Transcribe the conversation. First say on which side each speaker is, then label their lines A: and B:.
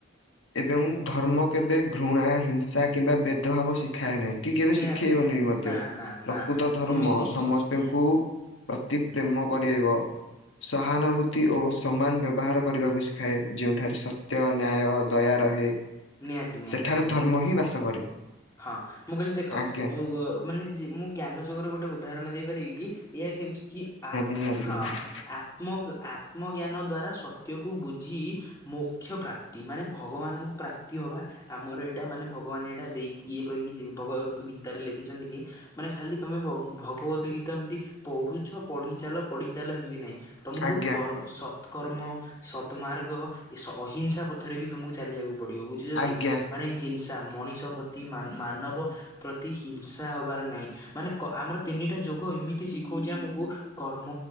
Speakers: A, on the left; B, on the left.
A: ଏବଂ ଧର୍ମ କେବେ ଘୃଣା ହିଂସା କିମ୍ବା ବେଦଭାବ ଶିଖାଏ ନାହିଁ। କି କେବେ
B: ନିହାତି
A: ଶିଖେଇବନି
B: ନିହାତି
A: ବି ମଧ୍ୟ
B: ନା ନା ନା
A: ପ୍ରକୃତ ଧର୍ମ
B: ସେମିତି
A: ସମସ୍ତଙ୍କୁ
B: ହୁଁ
A: ପ୍ରତି ପ୍ରେମ କରେଇବ ସହାନୁଭୂତି ଓ ସମାନ ବ୍ୟବହାର କରିବାକୁ ଶିଖାଏ ଯେଉଁଠାରେ ସତ୍ୟ ନ୍ୟାୟ ଦୟା ରହେ
B: ନିହାତି ନିହାତି
A: ସେଠାରେ
B: ନିହାତି।
A: ଧର୍ମ ହିଁ ବାସ କରେ।
B: ହଁ ମୁଁ କହିଲି ଦେଖ
A: ଆଜ୍ଞା।
B: ଆଉ ଗ ମାନେ ମୁଁ ଜ୍ଞାନ ଯୁଗର ଗୋଟେ ଉଦାହରଣ ଦେଇପାରିବି କି ଏହା ହେଉଛି କି ଆ
A: ଧିଆଦି
B: ହଁ
A: <inaudible>
B: ଆତ୍ମ ଆତ୍ମଜ୍ଞାନ ଦ୍ଵାରା ସତ୍ୟକୁ ବୁଝି ମୋକ୍ଷ ପ୍ରାପ୍ତି ମାନେ ଭଗବାନଙ୍କୁ ପ୍ରାପ୍ତି ହବା ଆମର ଏଇଟା ମାନେ ଭଗବାନ ଏଇଟା ଦେଇକି ଇଏ କହିକି ଭଗବତ ଗୀତାରେ ଲେଖିଛନ୍ତି କି ମାନେ ଖାଲି ତମେ ବ ଭଗବତ ଗୀତା ଏମିତି ପଢୁଛ ପଢିଚାଲ ପଢିଚାଲ ହେମତି ନାଇଁ। ତମକୁ
A: ଆଜ୍ଞା
B: ଗୋ କର୍ର୍ ସ ସତକର୍ମ ସତ୍ମାର୍ଗ ଏ ଅହିଂସା ପଥରେ ବି ତୁମକୁ ଚାଲିବାକୁ ପଡିବ ବୁଝ ବୁଝିଲଟି
A: ଆଜ୍ଞା
B: ଟି ମାନେ ହିଂସା ମଣିଷ ପ୍ରତି ମାନବ ପ୍ରତି ହିଂସା ହବାର ନାଇଁ ମାନେ କ ଆମର ତିନିଟା ଯୋଗ ଏମିତି ଶିଖଉଛି ଆମକୁ କର୍ମ